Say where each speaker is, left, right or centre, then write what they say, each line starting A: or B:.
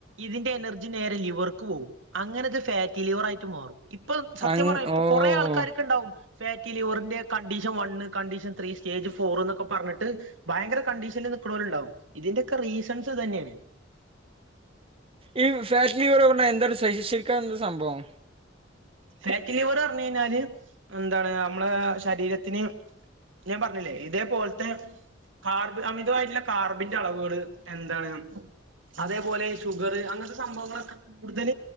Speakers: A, on the right; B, on the right.
A: ഇതിന്റെ എനർജി നേരെ ലിവർക്ക് പോവും അങ്ങനെ ഇത് ഫാറ്റി ലിവർ ആയിട്ട് മാറും. ഇപ്പൊ സത്യം
B: അങ്
A: പറയാ ഇപ്പൊ
B: ഓഹ്.
A: കൊറേ ആൾക്കാരൊക്കെ ഉണ്ടാവും ഫാറ്റി ലിവറിന്റെ condition one condition three stage four എന്നൊക്കെ പറഞ്ഞിട്ട് ഭയങ്കര കണ്ടീഷനിൽ നിൽക്കണവരുണ്ടാവും. ഇതിന്റെയൊക്കെ റീസൺസ് ഇതൊക്കെ തന്നെയാണ്.
B: ഈ ഫാറ്റ്ലി എന്താണ് <inaudible> ശരിക്കും എന്താണ് സംഭവം
A: ഫാറ്റിലിവർ പറഞ്ഞു കഴിഞ്ഞാൽ എന്താണ് നമ്മളെ ശരീരത്തിന് ഞാൻ പറഞ്ഞില്ലേ ഇതേ പോലത്തെ കാർബൺ അമിതമായിട്ടുള്ള കാർബ- ന്റെ അളവുകൾ എന്താണ് അതേപോലെ ഷുഗർ അങ്ങനത്തെ സംഭവങ്ങളൊക്കെ കൂടുതൽ